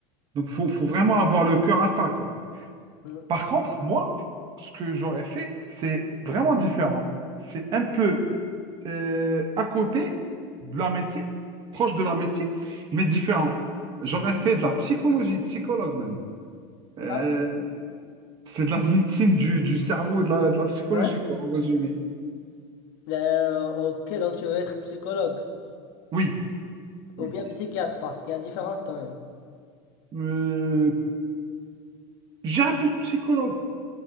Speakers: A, on the right; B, on the left.
A: Donc, faut, faut vraiment avoir le cœur à ça, quoi.
B: Mm.
A: Par contre, moi, ce que j'aurais fait, c'est vraiment différent. C'est un peu euh, à côté de la médecine, proche de la médecine, mais différent. J'aurais fait de la psychologie, psychologue même. Euh,
B: Ah,
A: c'est de la médecine du, du cerveau et de la, de la psychologie,
B: ouais.
A: quoi, en résumé.
B: Ben, Euh, ok, donc tu veux être psychologue.
A: Oui,
B: Ou
A: oui.
B: bien psychiatre, parce qu'il y a une différence quand même.
A: Euh, j'irais plus psychologue.